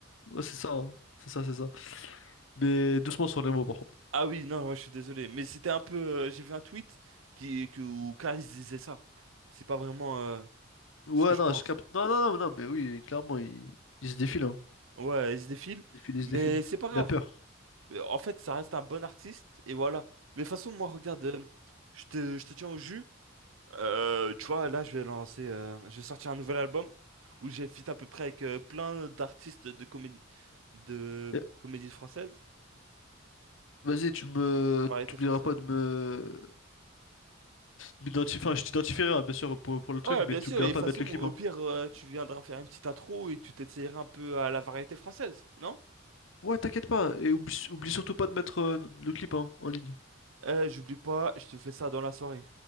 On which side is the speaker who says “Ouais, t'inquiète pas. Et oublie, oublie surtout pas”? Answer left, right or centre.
Left